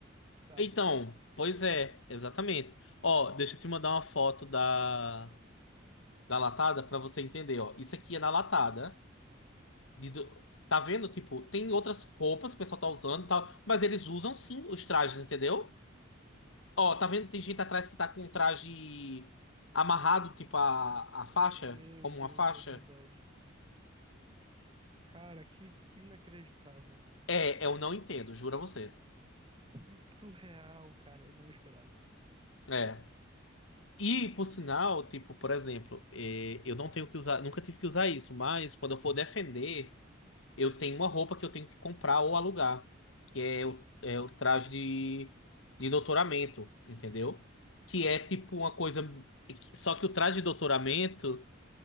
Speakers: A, on the right (about 25°); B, on the left (about 70°).
A: sabe?
B: Então, pois é, exatamente. Ó, deixa eu te mandar uma foto da, da latada pra você entender, ó. Isso aqui é na latada. de do- tá vendo? Tipo, tem outras roupas que o pessoal tá usando e tal, mas eles usam sim os trajes, entendeu? Ó, tá vendo? Tem gente atrás que tá com um traje amarrado, tipo a, a faixa,
A: Meu
B: como
A: Deus,
B: uma faixa.
A: é verdade. Cara, que, que inacreditável.
B: É, eu não entendo, juro a você.
A: Que surreal, cara. Eu não esperava.
B: É. E, por sinal, tipo, por exemplo, é, eu não tenho que usar, nunca tive que usar isso, mas quando eu for defender, eu tenho uma roupa que eu tenho que comprar ou alugar, que é o, é o traje de, de doutoramento, entendeu? Que é tipo uma coisa. Só que o traje de doutoramento